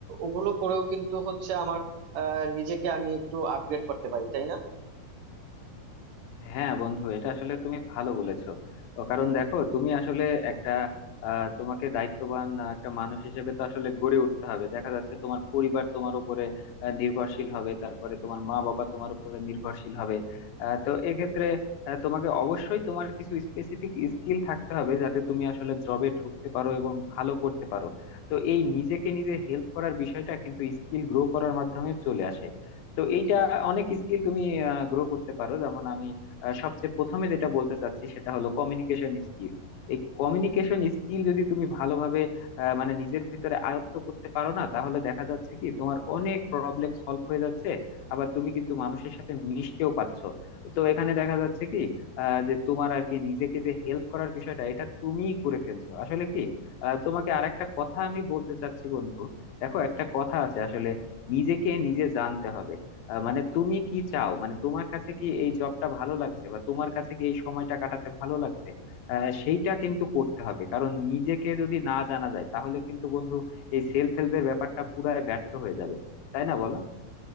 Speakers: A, on the right (about 65°); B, on the left (about 80°).
A: ওগুলো করেও কিন্তু হচ্ছে আমার আহ, নিজেকে আমি একটু আপগ্রেড করতে পারি তাই না
B: হ্যাঁ বন্ধু এটা আসলে তুমি ভালো বলেছো ও কারণ দেখো তুমি আসলে একটা আহ, তোমাকে দায়িত্ববান আহ, একটা মানুষ হিসেবে তো আসলে গড়ে উঠতে হবে দেখা যাচ্ছে তোমার পরিবার তোমার উপরে আহ, নির্ভরশীল হবে তারপরে তোমার মা বাবা তোমার উপরে নির্ভরশীল হবে আহ, তো এক্ষেত্রে আহ, তোমাকে অবশ্যই তোমার কিছু স্পেসিফিক স্কিল থাকতে হবে যাতে তুমি আসলে জবে ঢুকতে পারো এবং ভালো করতে পারো তো এই নিজেকে নিজে হেল্প করার বিষয়টা কিন্তু স্কিল গ্রো করার মাধ্যমে চলে আসে তো এইটা অনেক স্কিল তুমি গ্রো করতে পারো যেমন আমি আহ, সবচেয়ে প্রথমে যেটা বলতে চাচ্ছি সেটা হলো কমিউনিকেশন স্কিল এই কমিউনিকেশন স্কিল যদি তুমি ভালোভাবে আহ, মানে নিজের ভিতরে আয়ত্ত করতে পারো না তাহলে দেখা যাচ্ছে কি তোমার অনেক প্রবলেম সলভ হয়ে যাচ্ছে আবার তুমি কিন্তু মানুষের সাথে মিশতেও পারছো তো এখানে দেখা যাচ্ছে কি আহ, যে তোমার আর কি নিজেকে যে হেল্প করার বিষয়টা এটা তুমিই করে ফেলছো আসলে কি আহ, তোমাকে আরেকটা কথা আমি বলতে চাচ্ছি বন্ধু দেখো একটা কথা আছে আসলে নিজেকে নিজে জানতে হবে আহ, মানে তুমি কি চাও মানে তোমার কাছে কি এই জবটা ভালো লাগছে বা তোমার কাছে কি এই সময়টা কাটাতে ভালো লাগছে আহ, সেইটা কিন্তু করতে হবে কারণ নিজেকে যদি না জানা যায় তাহলে কিন্তু বন্ধু এই সেলফ হেল্পের ব্যাপারটা পুরাই ব্যর্থ হয়ে যাবে তাই না বলো